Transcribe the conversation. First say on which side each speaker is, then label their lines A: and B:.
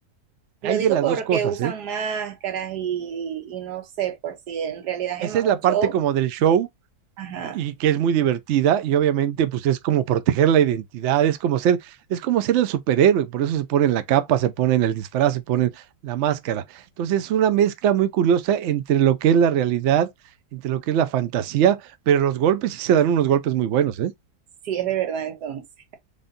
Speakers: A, on the right; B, on the right.
A: hay
B: Lo
A: de
B: digo
A: las
B: porque
A: dos cosas,
B: usan
A: ¿eh?
B: máscaras y, y no sé, por si en realidad
A: Esa
B: es más
A: es
B: un
A: la
B: show.
A: parte como del show
B: Ajá,
A: y que es muy divertida y obviamente pues es como proteger la identidad, es como ser, es como ser el superhéroe, por eso se ponen la capa, se ponen el disfraz, se ponen la máscara. Entonces es una mezcla muy curiosa entre lo que es la realidad, entre lo que es la fantasía, pero los golpes sí se dan unos golpes muy buenos, ¿eh?
B: sí es de verdad entonces.